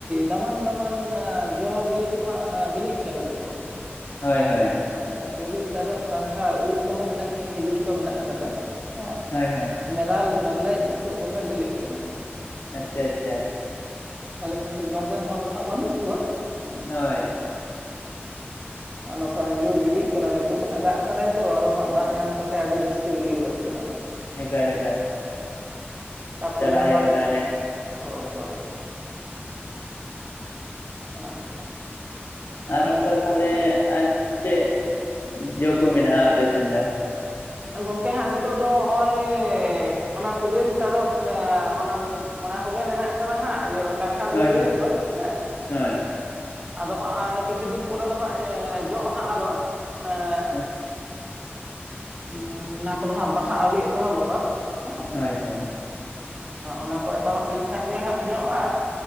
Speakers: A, on the right (about 25°); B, on the left (about 65°).
A: ᱫᱟᱢᱟᱱ ᱫᱟᱢᱟᱱ ᱡᱚ ᱵᱤᱞᱤ ᱠᱚᱦᱟᱸᱜ ᱵᱤᱞᱤᱜ ᱠᱟᱱᱟ ᱱᱤᱛᱚᱜ,
B: ᱦᱳᱭ ᱦᱳᱭ
A: ᱦᱮᱸ ᱛᱨᱮᱞ ᱛᱟᱨᱚᱫ ᱯᱟᱱᱴᱷᱟᱲ ᱩᱞ ᱠᱚᱦᱚᱸ ᱢᱮᱱᱟᱜ ᱜᱮᱭᱟ ᱠᱷᱤᱡᱩᱨ ᱠᱚ ᱢᱮᱱᱟᱜ ᱟᱠᱟᱫᱟ ᱦᱮᱸ
B: ᱦᱳᱭ ᱦᱳᱭ
A: ᱢᱮᱨᱟᱞ ᱢᱮᱨᱞᱮᱡ ᱱᱤᱛᱚᱜ ᱫᱚᱢᱮ ᱵᱮᱞᱮᱜ ᱠᱟᱱᱟ
B: ᱟᱪᱪᱷᱟ ᱟᱪᱪᱷᱟ
A: ᱛᱟᱦᱞᱮ ᱠᱷᱟᱱ ᱫᱚ ᱡᱚᱢ ᱨᱮᱱ ᱦᱚᱲ ᱫᱚ ᱦᱟᱜ ᱵᱟᱹᱱᱩᱜ ᱠᱚᱣᱟ ᱦᱮᱸ
B: ᱦᱳᱭ
A: ᱚᱱᱟᱥ ᱧᱩᱨ ᱜᱤᱰᱤᱜ ᱠᱟᱱᱟ ᱱᱤᱛᱚᱜ ᱛᱚ ᱦᱟᱸᱜ ᱫᱟᱜ ᱠᱟᱫᱟᱭ ᱛᱚ ᱟᱨᱚ ᱦ ᱫᱟᱜ ᱧᱟᱢ ᱠᱟᱛᱮᱜ ᱟᱹᱰᱤ ᱡᱟᱹᱥᱛᱤ ᱵᱤᱞᱤ ᱜᱚᱫᱚᱜ ᱠᱟᱱᱟ
B: ᱮᱠᱟᱞ ᱮᱠᱟᱞ
A: ᱛᱟᱨ ᱯᱚᱨᱮ
B: ᱪᱟᱞᱟᱜ
A: ᱱᱚᱶᱟ
B: ᱦᱩᱭᱩᱜᱼᱟ ᱛᱟᱦᱚᱞᱮ
A: ᱦᱳᱭ ᱦᱳᱭ ᱦᱮ
B: ᱟᱨ ᱚᱱᱠᱟ ᱛᱟᱦᱚᱞᱮ ᱟᱨ ᱪᱮᱫ ᱡᱚ ᱠᱚ ᱢᱮᱱᱟᱜᱼᱟ ᱟᱯ ᱥᱮᱱ ᱫᱚ?
A: ᱜᱚᱝᱠᱮ ᱦᱟᱸᱜ ᱱᱤᱛᱚᱜ ᱫᱚ ᱦᱚᱜᱼᱚᱭ ᱚᱱᱟ ᱛᱤᱨᱤᱞ ᱛᱟᱨᱚᱵ ᱚᱱᱟ ᱚᱱᱟ ᱠᱚᱜᱮ ᱢᱮᱱᱟᱜ ᱠᱟᱫᱟ ᱦᱟᱸᱜ ᱤᱭᱟᱹ ᱠᱟᱱᱴᱷᱟᱲ
B: ᱦᱳᱭ
A: ᱩᱞ ᱵᱤᱞᱤ
B: ᱦᱳᱭ
A: ᱠᱚ ᱦᱮᱸ
B: ᱦᱳᱭ
A: ᱟᱫᱚ ᱦᱟᱸᱜ ᱟᱨ ᱠᱤᱪᱷᱩ ᱫᱤᱱ ᱯᱚᱨᱮ ᱫᱚ ᱦᱟᱸᱜ ᱡᱚᱜ ᱦᱟᱸᱜ ᱟᱫᱚ ᱮᱫ
B: <inaudible>
A: ᱩ ᱚᱱᱟ ᱠᱚᱫᱚ ᱦᱟᱸᱜ ᱵᱟᱦᱟ ᱟᱹᱣᱨᱤ ᱮᱛᱚᱦᱚᱵᱚᱜᱼᱟ ᱦᱮᱸ
B: ᱦᱳᱭ ᱦᱳᱭ
A: ᱚᱱᱟ ᱠᱚ ᱮᱛᱚᱦᱚᱵ ᱞᱮᱱᱠᱷᱟᱱ ᱜᱮ ᱦᱟᱸᱜ ᱡᱚᱜᱼᱟ